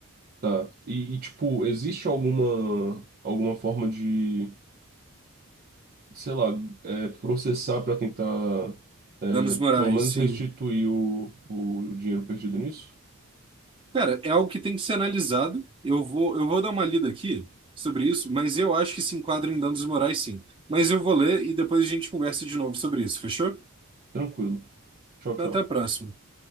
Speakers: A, on the right; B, on the right.
A: Tá, e, e tipo, existe alguma, alguma forma de sei lá, é, processar para tentar, é,
B: Danos morais,
A: pelo menos
B: sim.
A: restituir o, o dinheiro perdido nisso?
B: Cara, é algo que tem que ser analisado. Eu vou, eu vou dar uma lida aqui sobre isso, mas eu acho que se enquadra em danos morais, sim. Mas eu vou ler e depois a gente conversa de novo sobre isso, fechou?
A: Tranquilo. Tchau,
B: Então,
A: tchau.
B: até a próxima.